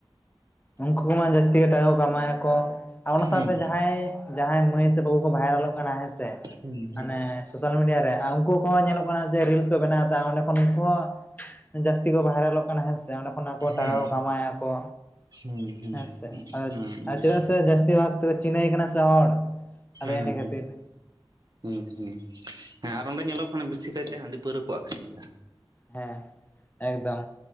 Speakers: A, on the left; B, on the right.
A: ᱩᱱᱠᱩ ᱠᱚᱢᱟ ᱡᱟᱹᱥᱛᱤ ᱜᱮ ᱴᱟᱠᱟ ᱠᱟᱢᱟᱭᱟᱠᱚ ᱟᱨ ᱚᱱᱟ
B: ᱦᱩᱸ
A: ᱥᱟᱶᱛᱮ ᱡᱟᱦᱟᱸᱭ ᱡᱟᱦᱟᱸᱭ ᱢᱟᱹᱭ ᱥᱮ ᱵᱟᱹᱵᱩ ᱠᱚ ᱵᱷᱟᱭᱨᱟᱞᱚᱜ ᱠᱟᱱᱟ ᱦᱮᱸᱥᱮ
B: ᱦᱩᱸ
A: ᱢᱟᱱᱮ ᱥᱳᱥᱟᱞ ᱢᱤᱰᱤᱭᱟ ᱨᱮ ᱩᱱᱠᱩ ᱠᱚᱦᱚᱸ ᱧᱮᱞᱚᱜ ᱠᱟᱱᱟ ᱡᱮ ᱨᱤᱞᱥ ᱠᱚ ᱵᱮᱱᱟᱣ ᱫᱟ ᱚᱸᱰᱮ ᱠᱷᱚᱱ ᱩᱱᱠᱩ ᱦᱚᱸ ᱡᱟᱹᱥᱛᱤ ᱠᱚ ᱵᱷᱟᱭᱨᱟᱞᱚᱜ ᱠᱟᱱᱟ ᱦᱮᱸᱥᱮ ᱚᱸᱰᱮ ᱠᱷᱚᱱ ᱟᱠᱚ
B: ᱦᱩᱸ
A: ᱴᱟᱠᱟ ᱠᱚ ᱠᱟᱢᱟᱣ ᱟᱠ ᱠᱚ
B: ᱦᱩᱸ ᱦᱩᱸ ᱦᱩᱸ
A: ᱦᱮᱸ ᱥᱮ ᱟᱫᱚ ᱪᱮᱫᱟᱜ ᱥᱮ ᱡᱟᱹᱥᱛᱤ ᱵᱷᱟᱜ ᱛᱮᱠᱚ ᱪᱤᱱᱟᱹᱭ ᱠᱟᱱᱟ ᱥᱮ ᱦᱚᱲ ᱟᱫᱚ
B: ᱦᱩᱸ
A: ᱤᱱᱟᱹ ᱠᱷᱟᱹᱛᱤᱨ
B: ᱦᱩᱸ ᱦᱩᱸ ᱦᱮᱸ ᱟᱨ ᱚᱸᱰᱮ ᱧᱮᱞᱚᱜ ᱠᱟᱱᱟ ᱵᱮᱥᱤ ᱠᱟᱭᱛᱮ ᱦᱟᱺᱰᱤ ᱯᱟᱹᱣᱨᱟᱹ ᱠᱚ ᱟᱠᱷᱨᱤᱧ ᱫᱟ
A: ᱦᱮᱸ ᱮᱠᱫᱚᱢ